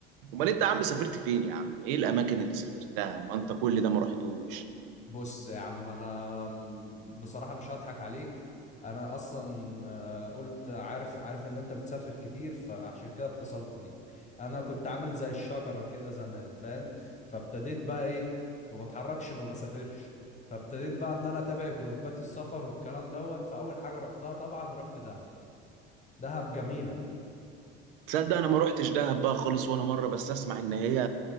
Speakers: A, on the right (about 65°); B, on the left (about 25°).
A: امال انت يا عم سافرت فين يا عم ايه الاماكن اللي سافرتها ما انت كل ده ما رحتوش
B: بص يا عم انا م- بصراحه مش هضحك عليك انا اصلا آه، قلت عارف عارف ان انت بتسافر كتير فعشان كده اتصلت بيك انا كنت عامل زي الشجره كده زمان فاهم فابتديت بقى ايه ما بتحركش ما بسافرش فابتديت بقى ان انا اتابع جروبات السفر والكلام دوت فاول حاجه رحتها طبعا رحت دهب دهب جميله
A: تصدق انا ما روحتش دهب بقى خالص ولا مره بس اسمع ان هي